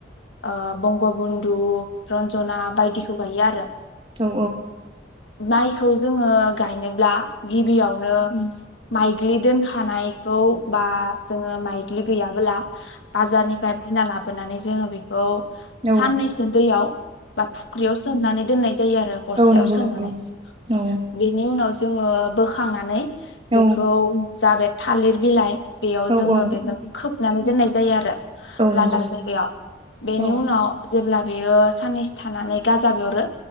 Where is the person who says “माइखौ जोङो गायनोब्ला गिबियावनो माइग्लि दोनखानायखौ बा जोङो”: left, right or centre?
Left